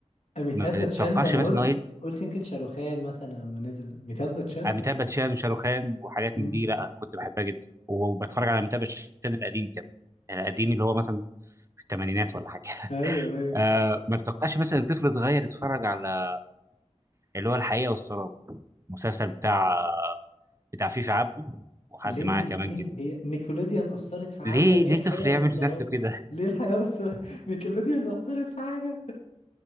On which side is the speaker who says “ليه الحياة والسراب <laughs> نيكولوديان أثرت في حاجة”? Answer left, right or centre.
Left